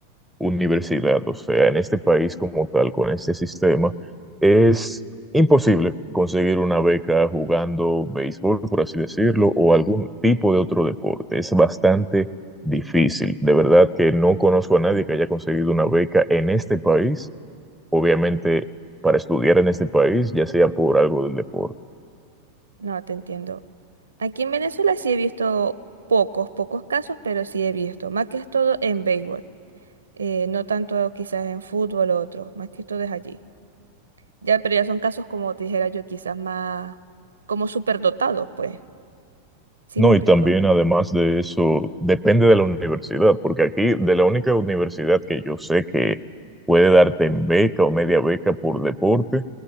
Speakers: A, in the centre; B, on the right.
A: universidad, o sea, en este país como tal, con este sistema, es imposible conseguir una beca jugando béisbol, por así decirlo, o algún tipo de otro deporte. Es bastante difícil. De verdad que no conozco a nadie que haya conseguido una beca en este país, obviamente para estudiar en este país, ya sea por algo del deporte.
B: No, te entiendo. Aquí en Venezuela sí he visto pocos, pocos casos, pero sí he visto, más que todo en béisbol, eh, no tanto quizás en fútbol o otros, más que todo es allí. Ya, pero ya son casos como te dijera yo, quizás más como superdotados, pues. ¿Sí
A: No,
B: me explico?
A: y también además de eso, depende de la universidad, porque aquí de la única universidad que yo sé que puede darte en beca o media beca por deporte,